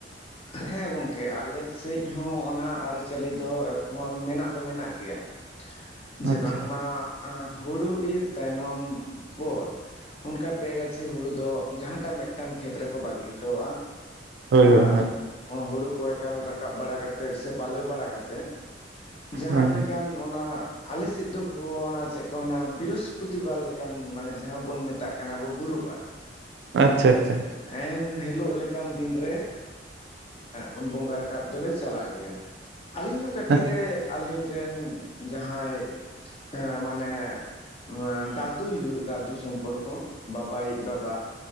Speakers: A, on the left (about 35°); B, on the right (about 65°).
A: ᱦᱮᱸ ᱜᱚᱝᱠᱮ, ᱟᱞᱮ ᱥᱮᱫ ᱦᱚᱸ ᱚᱱᱟ ᱟᱹᱨᱤᱪᱟᱹᱞᱤ ᱫᱚ ᱮᱠᱷᱚᱱ ᱢᱮᱱᱟᱜ ᱫᱚ ᱢᱮᱱᱟᱜ ᱜᱮᱭᱟ, ᱡᱮ
B: ᱟᱪᱪᱷᱟ
A: ᱵᱟᱝᱢᱟ ᱦᱩᱲᱩ ᱤᱨ ᱛᱟᱭᱱᱚᱢ ᱯᱚᱨ ᱚᱱᱠᱟ ᱯᱮ ᱜᱟᱹᱪᱷᱤ ᱦᱩᱲᱩ ᱫᱚ ᱡᱟᱦᱟᱸᱴᱟᱜ ᱢᱤᱫᱴᱟᱝ ᱠᱷᱮᱛ ᱨᱮᱠᱚ ᱵᱟᱹᱜᱤ ᱦᱚᱴᱚᱣᱟᱜᱼᱟ,
B: ᱦᱳᱭ ᱦᱳᱭ
A: ᱟᱨ
B: ᱦᱳᱭ
A: ᱦᱩᱲᱩ ᱠᱚ ᱮᱠᱟᱞ ᱨᱟᱠᱟᱵ ᱵᱟᱲᱟ ᱠᱟᱛᱮ ᱥᱮ ᱯᱟᱞᱚᱭ ᱵᱟᱲᱟ ᱠᱟᱛᱮᱜ ᱡᱟᱦᱟᱸ
B: ᱦᱳᱭ ᱦᱳᱭ
A: ᱞᱮᱠᱟᱱ ᱚᱱᱟ ᱟᱞᱮ ᱥᱮᱫ ᱫᱚ ᱚᱱᱟ ᱪᱮᱫ ᱠᱚ ᱢᱮᱱᱟ ᱵᱨᱤᱦᱚᱥᱯᱚᱛᱤᱵᱟᱨ ᱞᱮᱠᱟᱱ ᱢᱟᱱᱮ ᱡᱟᱦᱟᱸ ᱵᱚᱱ ᱢᱮ ᱛᱟᱜ ᱠᱟᱱᱟᱵᱚ ᱜᱩᱨᱩ ᱵᱟᱨ,
B: ᱟᱪᱪᱷᱟ ᱟᱪᱪᱷᱟ ᱾
A: ᱮᱱ ᱦᱤᱞᱳᱜ ᱞᱮᱠᱟᱱ ᱫᱤᱱ ᱨᱮ ᱮᱸ ᱵᱚᱸᱜᱟ ᱨᱟᱠᱟᱵ ᱫᱚᱞᱮ ᱪᱟᱞᱟᱜ ᱜᱮᱭᱟ, ᱟᱹᱞᱤᱧ ᱦᱚᱸ ᱠᱟᱹᱴᱤᱡ
B: ᱟᱪᱪᱷᱟ
A: ᱨᱮ ᱟᱹᱞᱤᱧ ᱨᱮᱱ ᱡᱟᱦᱟᱸᱭ ᱮ ᱢᱟᱱᱮ ᱟ ᱫᱟᱫᱩᱭ ᱦᱩᱭᱩᱜ ᱫᱟᱫᱩ ᱥᱚᱢᱯᱚᱨᱠᱚ ᱵᱟᱵᱟᱭᱤᱡ ᱵᱟᱵᱟ,